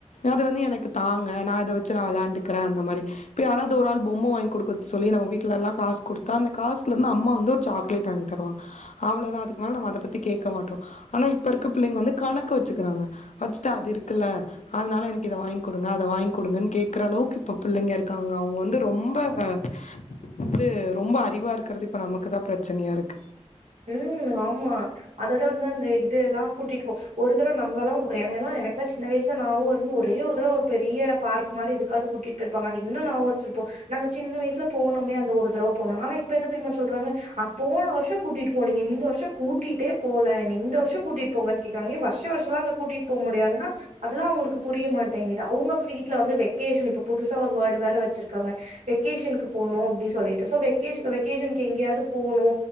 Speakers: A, on the left; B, on the right.
A: அது வந்து எனக்கு தாங்க நா இத வச்சு நா விளாண்டுக்குறே அந்த மாரி இப்ப யாராவது ஒரு ஆள் பொம்மை வாங்கி குடுக்க சொல்லி நம்ப வீட்லலா காசு குடுத்தா அந்த காசுலேருந்து அம்மா வந்து ஒரு சாக்லேட் வாங்கி தருவாங்க அவ்ளோதா அதுக்கு மேல நம்ம அத பத்தி கேக்க மாட்டோ ஆனா இப்ப இருக்க புள்ளைங்க வந்து கணக்கு வச்சுக்குறாங்க வச்சுட்டு அது இருக்குல அதுனால எனக்கு இத வாங் குடுங்க அத வாங்கி குடுங்கன்னு கேக்குற அளவுக்கு இப்ப பிள்ளைங்க இருக்காங்க அவுங்க வந்து ரொம்ப வந்து ரொம்ப அறிவா இருக்கிறது இப்ப நமக்குதா பிரச்சனையா இருக்கு
B: ம் ஆமா அதோட வந்து அந்த இதுல்லா கூட்டிட்டு போ ஒரு தடவ நம்மளலா என்னல்லா சின்ன வயசுல நாவு இருந்து ஒரே ஒரு தட ஒரு பெரிய பார்க் மாரி எதுக்காவது கூட்டிட்டு போயிருப்பாங்க அது இன்னு நாவும் வச்சிருப்போம் நாங்க சின்ன வயசுல போனோமே அந்த ஒரு தடவோ போனணோ ஆனா இப்ப என்ன தெரியுமா சொல்றாங்க அப்ப போன வருஷ கூட்டிட்டு போனீங்க இந்த வருஷ கூட்டிட்டே போல என்ன இந்த வருஷ கூட்டிட்டு போங்கன்னு கேக்காங்க வருஷ வருஷம் எல்லா அங்க கூட்டிட்டு போக முடியாதுன்னா அதெல்லா அவுங்களுக்கு புரிய மாட்டேங்குது அவுங்க ஃப்ரீட்ல வந்து வெக்கேஷன் இப்ப புதுசா ஒரு வேடு வேற வச்சிருக்காங்க வெகேஷனுக்கு போனு அப்டின்னு சொல்லிட்டு சோ வெ வெகேஷன்க்கு எங்கேயாவது போணு